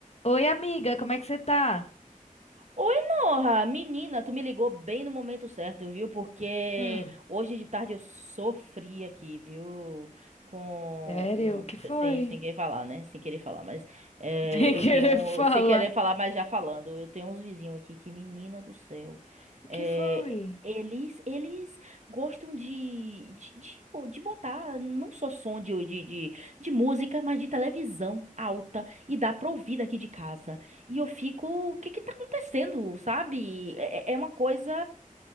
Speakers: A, on the left (about 50°); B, on the right (about 55°).
A: Oi, amiga, como é que você tá?
B: Oi, Norra! Menina, tu me ligou bem no momento certo, viu? Porque
A: Hum.
B: hoje de tarde eu sofri aqui, viu? Com
A: Sério,
B: um,
A: o que
B: se-
A: foi?
B: sem, sem querer falar, né? Sem querer falar, mas é,
A: <laughs> Sem
B: eu
A: querer
B: tenho.
A: falar.
B: Sem querer falar, mas já falando. Eu tenho uns vizinhos aqui que, menina do céu.
A: O que
B: é,
A: foi?
B: eles, eles gostam de, de, de, de botar não só som de, de, de, de música, mas de televisão alta e dá pra ouvir daqui de casa. E eu fico, o que que tá acontecendo, sabe? É, é- é uma coisa.